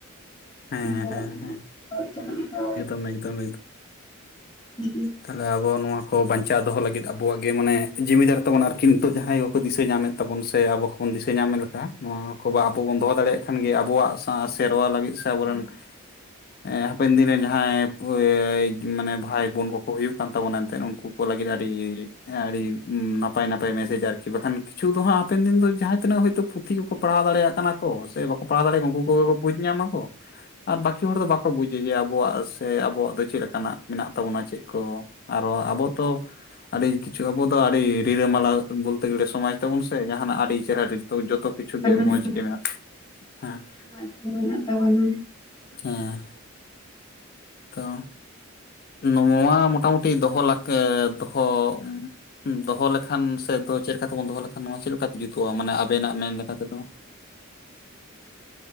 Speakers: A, on the left; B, on the left.
A: <inaudible>
B: ᱦᱮᱸ ᱦᱮᱸ ᱦᱮᱸ ᱮᱠᱫᱚᱢ ᱮᱠᱫᱚᱢ
A: ᱦᱩᱸ
B: ᱛᱟᱦᱚᱞᱮ ᱟᱵᱚ ᱱᱚᱣᱟ ᱠᱚ ᱵᱟᱧᱪᱟᱣ ᱫᱚᱦᱚ ᱞᱟᱹᱜᱤᱫ ᱟᱵᱚᱣᱟᱜ ᱜᱮ ᱢᱟᱱᱮ ᱡᱤᱢᱤᱫᱟᱨ ᱛᱟᱵᱚᱱᱟ ᱟᱨᱠᱤ ᱱᱤᱛᱚᱜ ᱡᱟᱦᱟᱸᱭ ᱠᱚᱠᱚ ᱫᱤᱥᱟᱹ ᱧᱟᱢᱮᱫ ᱛᱟᱵᱚ ᱥᱮ ᱟᱵᱚ ᱠᱚᱵᱚᱱ ᱫᱤᱥᱟᱹ ᱧᱟᱢᱮᱫ ᱞᱮᱠᱟ ᱱᱚᱣᱟ ᱠᱚ ᱟᱵᱚ ᱵᱚᱱ ᱫᱚᱦᱚ ᱫᱟᱲᱮᱭᱟᱜ ᱠᱷᱟᱱ ᱜᱮ ᱟᱵᱚᱣᱟᱜ ᱥᱮᱨᱣᱟ ᱞᱟᱹᱜᱤᱫ ᱥᱮ ᱟᱵᱚᱨᱮᱱ ᱦᱟᱯᱮᱱ ᱫᱤᱱ ᱨᱮᱱ ᱡᱟᱦᱟᱸᱭ ᱢᱟᱱᱮ ᱵᱷᱟᱭ ᱵᱳᱱ ᱠᱚᱠᱚ ᱦᱩᱭᱩᱜ ᱠᱟᱱ ᱛᱟᱵᱚᱱᱟ ᱮᱱᱛᱮᱜ ᱩᱱᱠᱩ ᱠᱚ ᱞᱟᱹᱜᱤᱫ ᱟᱹᱰᱤ ᱟᱹᱰᱤ ᱱᱟᱯᱟᱭ ᱱᱟᱯᱟᱭ ᱢᱮᱥᱮᱡᱽ ᱟᱨᱠᱤ ᱵᱟᱠᱷᱟᱱ ᱠᱤᱪᱷᱩ ᱫᱚ ᱦᱟᱸᱜ ᱦᱟᱯᱮᱱ ᱫᱤᱱ ᱫᱚ ᱡᱟᱦᱟᱸ ᱛᱤᱱᱟᱹᱜ ᱦᱚᱭᱛᱳ ᱯᱩᱛᱷᱤ ᱠᱚᱠᱚ ᱯᱟᱲᱦᱟᱣ ᱫᱟᱲᱮᱭᱟᱜ ᱠᱟᱱᱟ ᱠᱚ ᱥᱮ ᱵᱟᱠᱚ ᱯᱟᱲᱦᱟᱣ ᱫᱟᱲᱮᱭᱟᱜᱼᱟ ᱩᱱᱠᱩ ᱠᱚᱜᱮ ᱠᱚ ᱵᱩᱡᱽ ᱧᱟᱢᱟ ᱠᱚ ᱟᱨ ᱵᱟᱹᱠᱤ ᱦᱚᱲ ᱫᱚ ᱵᱟᱠᱚ ᱵᱩᱡᱟ ᱡᱮ ᱟᱵᱚᱣᱟᱜ ᱥᱮ ᱟᱵᱚᱣᱟᱜ ᱫᱚ ᱪᱮᱫ ᱞᱮᱠᱟᱱᱟᱜ ᱢᱮᱱᱟᱜ ᱛᱟᱵᱚᱱᱟ ᱪᱮᱫ ᱠᱚ ᱟᱨᱚ ᱟᱵᱚ ᱛᱚ ᱟᱹᱰᱤ ᱠᱤᱪᱷᱩ ᱟᱵᱚ ᱫᱚ ᱟᱹᱰᱤ ᱨᱤᱨᱤᱞᱟᱹᱢᱟᱞᱟ ᱵᱚᱞᱛᱮ ᱜᱮᱞᱮ ᱥᱚᱢᱟᱡᱽ ᱛᱟᱵᱚᱱ ᱥᱮ ᱡᱟᱦᱟᱱᱟᱜ ᱟᱹᱰᱤ ᱪᱮᱦᱨᱟ ᱛᱚ ᱡᱚᱛᱚ ᱠᱤᱪᱷᱩ ᱜᱮ
A: ᱨᱮ
B: ᱢᱚᱸᱡᱽ ᱜᱮ ᱢᱮᱱᱟᱜ ᱦᱮᱸ
A: <unintelligible> ᱢᱮᱱᱟᱜ ᱛᱟᱵᱚᱱᱟ
B: ᱦᱮᱸ ᱛᱚ ᱱᱚᱣᱟ ᱢᱚᱴᱟᱢᱩᱴᱤ ᱫᱚᱦᱚ ᱞᱟᱠ ᱫᱚᱦᱚ ᱦᱸ ᱫᱚᱦᱚ ᱞᱮᱠᱷᱟᱱ ᱥᱮ ᱪᱮᱫ ᱛᱮᱵᱚᱱ ᱫᱚᱦᱚ ᱞᱮᱠᱷᱟᱱ ᱱᱚᱣᱟ ᱪᱮᱫ ᱞᱮᱠᱟᱛᱮ ᱡᱩᱛᱩᱜᱼᱟ ᱢᱟᱱᱮ ᱟᱵᱮᱱᱟᱜ ᱢᱮᱱ ᱞᱮᱠᱟᱛᱮᱫᱚ